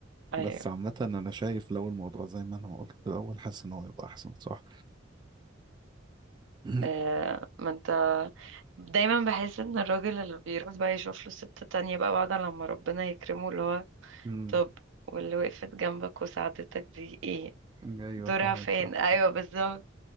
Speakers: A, on the right (about 80°); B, on the right (about 25°).
A: ايوه
B: بس عامة أنا شايف لو الموضوع زي ما أنا قلت في الأول حاسس إن هو يبقى أحسن صح <clears throat>
A: آه ما انت دايما بحس ان الراجل اللي بيروح بقى يشوف له ست تانية بقى بعد لما ربنا يكرمه اللي هو
B: أمم،
A: طب واللي وقفت جنبك وساعدتك دي ايه
B: أيوه
A: دورها
B: فاهمك
A: فين
B: صح
A: ايوه بالظبط